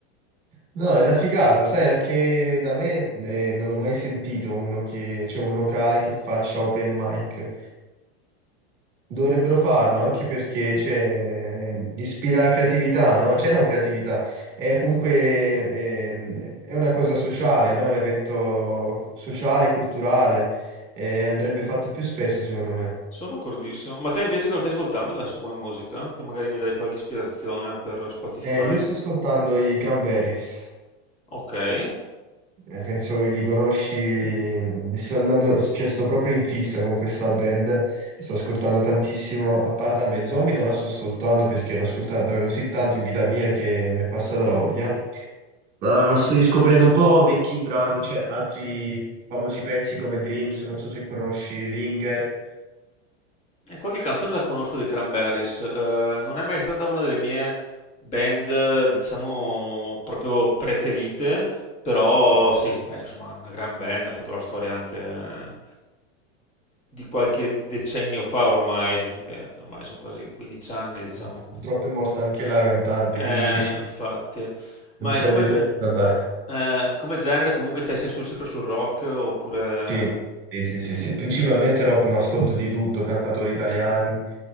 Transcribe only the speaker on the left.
Sono d'accordissimo. Ma te invece cosa stai ascoltando adesso come musica? Che magari mi dai qualche ispirazione per Spotify.
Ok. E
qualche canzone la conosco dei Cranberries. Eh, non è mai stata una delle mie band, eh, diciamo, proprio preferite, però sì, beh, insomma, una gran band, ha fatto la storia anche eh, di qualche decennio fa ormai, che ormai sono quasi 15 anni, diciamo.
Eh,
infatti. Ma
è come...
Eh, come genere comunque te sei su- sempre sul rock oppure...